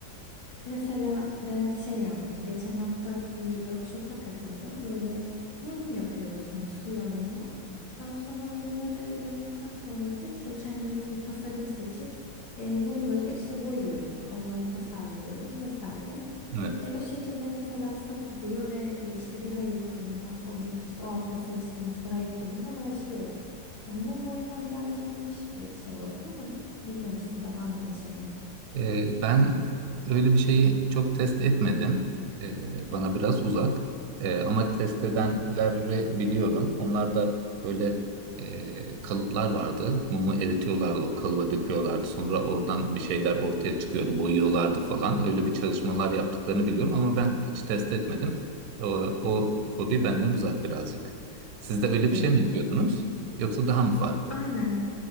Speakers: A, on the left (about 75°); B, on the right (about 60°).
A: Mesela ben şey yaptım. Geçen hafta bir workshop'a katıldım. Böyle mum yapıyoruz hani soya mumu. Daha sonra o mumları yaptıktan sonra da işte kendimiz bir tasarım seçip e, mumları işte boyuyoruz. Onları tasarlıyoruz vesaire.
B: Evet.
A: E, o şekilde mesela satılıyor ve e, işte bir hayır kurumuna o gün işte o hafta seçtiğimiz bir hayır kurumuna bağışlıyoruz. Hani mum boyama birazcık niş bir şey oldu ama bilmiyorum sizde var mı öyle şeyler?
B: Ee, ben öyle bir şeyi çok test etmedim. Ee, bana biraz uzak. Ee, ama test edenleri
A: Hı hı.
B: biliyorum. Onlar da böyle e, kalıplar vardı. Mumu eritiyorlardı, o kalıba döküyorlardı. Sonra oradan bir şeyler ortaya çıkıyordu, boyuyorlardı falan. Öyle bir çalışmalar yaptıklarını biliyorum ama ben hiç test etmedim. O, o hobi benden uzak birazcık. Siz de öyle
A: Yani
B: bir şey mi yapıyordunuz? Yoksa daha mı farklı?
A: aynen.